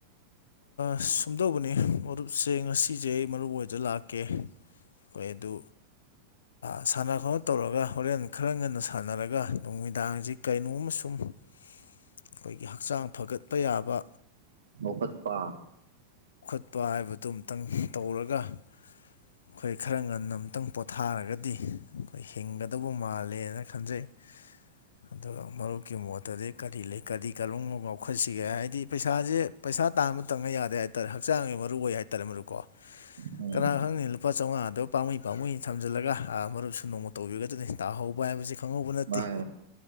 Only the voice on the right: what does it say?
ꯑꯣꯈꯠꯄꯥ
ꯎꯝ
ꯃꯥꯅꯦ